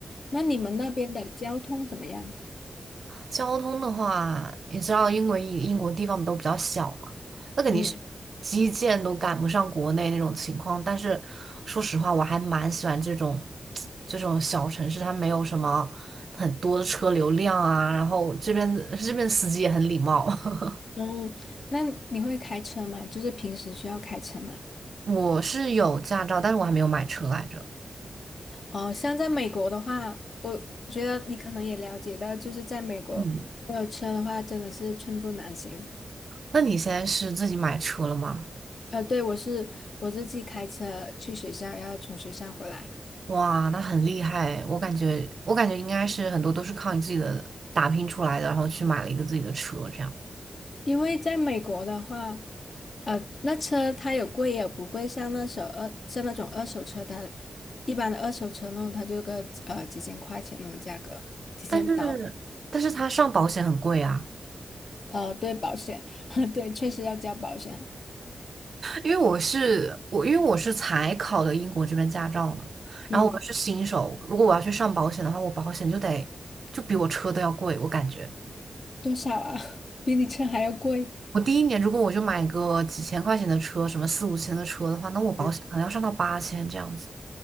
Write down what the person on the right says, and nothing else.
交通的话，你知道英国英英国地方都比较小嘛，那肯定是基建都赶不上国内那种情况。
但是说实话，我还蛮喜欢这种 <tsk> 这种小城市，它没有什么很多的车流量啊，然后这边 <laughs> 这边司机也很礼貌。<laughs>
我是有驾照，但是我还没有买车来着。
嗯，
那你现在是自己买车了吗？
哇，那很厉害，我感觉我感觉应该是很多都是靠你自己的打拼出来的，然后去买了一个自己的车这样。
但是但是他上保险很贵啊，
因为我是我因为我是才考的英国这边驾照嘛，
然后我是新手，如果我要去上保险的话，我保险就得就比我车都要贵，我感觉。
我第一年如果我就买个几千块钱的车，什么四五千的车的话，那我保险可能要上到八千这样子，